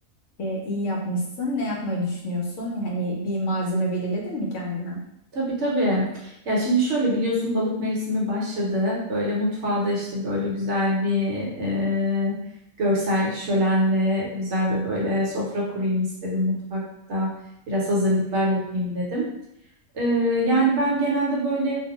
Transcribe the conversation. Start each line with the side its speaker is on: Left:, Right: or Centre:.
Left: Ee, iyi yapmışsın. Ne yapmayı düşünüyorsun? Yani bir malzeme belirledin mi kendine?
Right: Tabii tabii. Ya şimdi şöyle biliyorsun balık mevsimi başladı. Böyle mutfağda işte böyle güzel bir e, görsel şölenle güzel ve böyle sofra kurayım istedim mutfakta. Biraz hazırlıklar yapayım dedim. Ee, yani ben genelde böyle